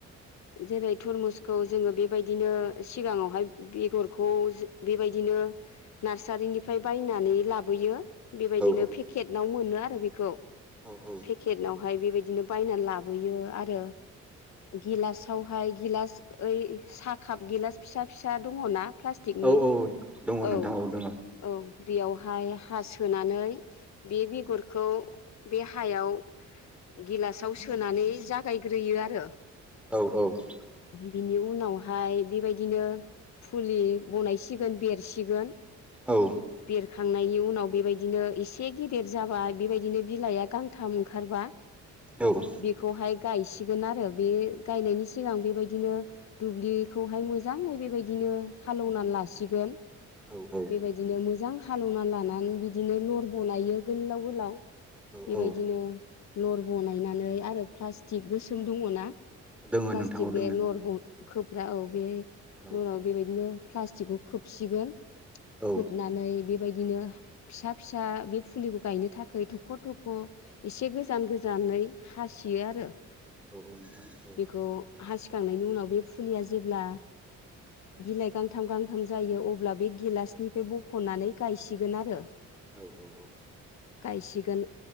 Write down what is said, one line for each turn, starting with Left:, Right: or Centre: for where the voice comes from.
Left: जेरै थरमुसखौ जोङो बेबायदिनो सिगाङावहाय बेगरखौ बेबायदिनो नार्सारिनिफ्राय बायनानै लाबोयो। बेबायदिनो
Centre: औ
Left: पेकेटाव मोनो। आरो बेखौ।
Centre: औ औ
Left: पेकेटनाव आावहाय बेबायदिनो। बायनानै लाबोयो आ। गो गिलासावहाय गिलास ओइ साहा काप गिलास फिसा फिसा दङ ना। प्लास्टिकनि
Centre: औ औ दङ
Left: औ
Centre: नोंथां दङ
Left: औ। बेयावहाय हा सोनानै बे बेगरखौ बे हायाव गिलासाव सोनानै जा। बायग्रोयो आरो।
Centre: औ।
Left: बिनि उनावहाय बेबायदिनो फुलि बनायसिगोन बेरसिगोन।
Centre: औ।
Left: बेरखांनायनि उनाव बेबायदिनो एसे गेदेर जाबा बेबायदिनो बिलाइआ गांथाम ओंखारबा।
Centre: औ।
Left: बेखौहाय गायसिगोन आरो बे गायनायनि सिगां बेबायदिनो दुब्लिखौहाय मोजाङै बेबायदिनो हालेवना लासिगोन
Centre: औ औ
Left: बेबायदिनो मोजां हालेवना लानानै बिदिनो लर बनायो गोलाव गोलाव
Centre: औ
Left: बेबायदिनो
Centre: औ
Left: लर बनायनानै आरो प्लास। थिग गोसोम दङ ना।
Centre: दोङो
Left: प्लास्टिक
Centre: नोंथां औ दोङो
Left: बे लर। खोबग्रा औ बे
Centre: औ
Left: लनाव बेबायदिनो प्लास्टिकखौ खोबसिगोन
Centre: औ
Left: खोबनानै बेबायदिनो फिसा फिसा बे फुलिखौ गायनो थाखाय थख' थख' एसे गोजान गोजानै हासियो आरो।
Centre: औ औ नोंथां औ।
Left: बेखौ हासिखांनायनि उनाव बे फुलिया जेब्ला बिलाइ गांथाम गांथाम जायो अब्ला बे गिलासनिफ्राय बखनानै गायसिगोन आरो
Centre: औ औ
Left: गायसिगोन